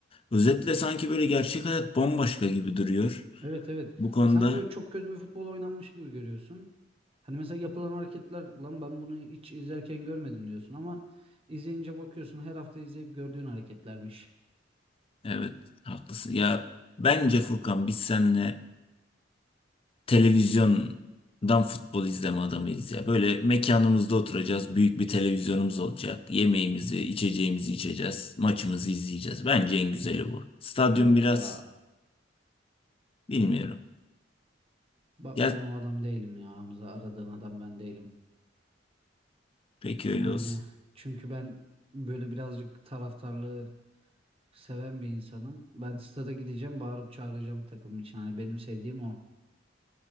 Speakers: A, on the left; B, on the right.
A: Özetle sanki böyle gerçek hayat bambaşka gibi duruyor.
B: Evet evet.
A: Bu konuda
B: Sanki böyle çok kötü bir futbol oynanmış gibi görüyorsun. Hani mesela yapılan hareketler lan ben bunu hiç izlerken görmedim diyorsun ama izleyince bakıyorsun her hafta izleyip gördüğün hareketlermiş.
A: evet haklısın. Ya bence Furkan biz seninle televizyondan futbol izleme adamıyız ya. Böyle mekanımızda oturacağız. Büyük bir televizyonumuz olacak. Yemeğimizi, içeceğimizi içeceğiz. Maçımızı izleyeceğiz. Bence en güzeli bu. Stadyum
B: Yok
A: biraz
B: ya.
A: bilmiyorum.
B: Ba-
A: Ya
B: Ben o adam değilim ya Hamza. Aradığın adam ben değilim.
A: peki
B: Yani
A: öyle olsun.
B: çünkü ben böyle birazcık taraftarlığı seven bir insanım. Ben stada gideceğim, bağırıp çağıracağım takım için. Hani benim sevdiğim o.